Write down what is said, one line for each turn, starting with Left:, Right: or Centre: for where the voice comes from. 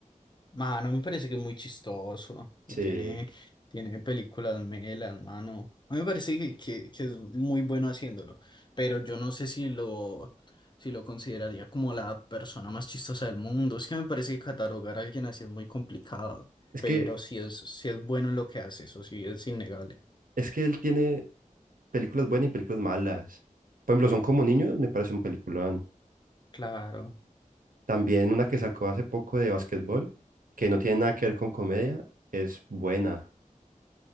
Left: mano, me parece que es muy chistoso y
Right: Sí.
Left: tiene, tiene películas melas, mano. A mí me parece que, que, que es muy bueno haciéndolo, pero yo no sé si lo, si lo consideraría como la persona más chistosa del mundo. Es que me parece que catalogar a alguien así es muy complicado,
Right: Es
Left: pero
Right: que,
Left: si es, si es bueno en lo que hace, eso sí es innegable.
Right: es que él tiene películas buenas y películas malas. Por ejemplo, Son como niños, me parece un película
Left: Claro,
Right: También una que sacó hace poco de básquetbol, que no tiene nada que ver con comedia, es buena.